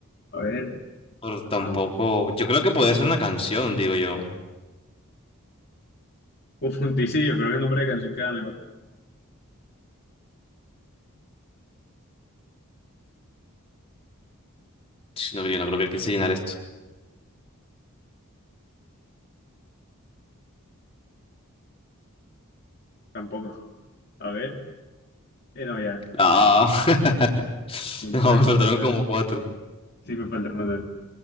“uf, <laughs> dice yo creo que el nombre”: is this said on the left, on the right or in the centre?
Left